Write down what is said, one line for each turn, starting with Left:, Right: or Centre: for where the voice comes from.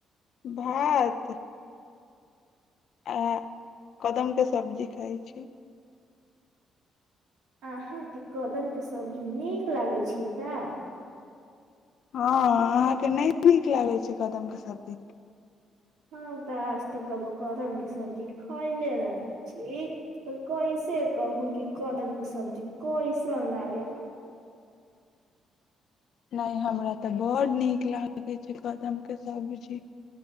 Left: भात आ कदम के सब्जी खाइ छी
Right: अहाँके कदमके सब्जी नीक लागै छै का
Left: हँ अहाँकेँ नहि नीक लागै छैय कदमके सब्जी
Right: ह तऽ आज तऽ कहबहु कदमके सब्जी खायले नहि छी तऽ कैसे कहू कि कदमके सब्जी कैसन लागेला
Left: नहि हमरा तऽ बड्ड नीक लागै छैय कदमके सब्जी